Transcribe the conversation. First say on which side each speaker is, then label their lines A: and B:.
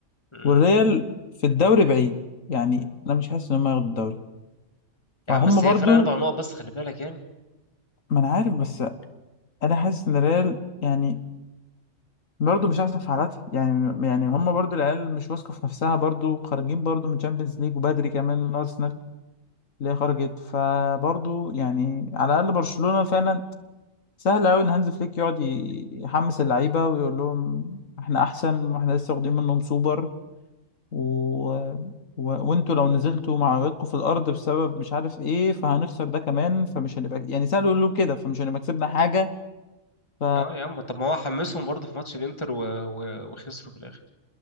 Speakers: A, on the left; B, on the left.
A: مم.
B: والريال في الدوري بعيد يعني انا مش حاسس ان هم هياخدوا الدوري
A: يا
B: فهم
A: عم بس
B: برضو
A: هي فرق أربع نقط بس خلي بالك يعني
B: ما انا عارف بس انا حاسس ان الريال يعني برضه مش احسن في حالاتها يعني يعني هم برضه العيال مش واثقه في نفسها برضه خارجين برضه من تشامبيونز ليج وبدري كمان من ارسنال اللي هي خرجت فبرضه يعني على الاقل برشلونه فعلا سهل قوي ان هانز فليك يقعد ي- يحمس اللعيبه ويقول لهم احنا احسن واحنا لسه واخدين منهم سوبر و... و... وانتوا لو نزلتوا معنوياتكم في الارض بسبب مش عارف ايه فهنخسر ده كمان فمش هنبقى يعني سهل يقول له كده فمش هنبقى كسبنا حاجه ف
A: اه يا عم طب ما هو حمسهم برضه في ماتش الانتر و... و... وخسروا في الآخر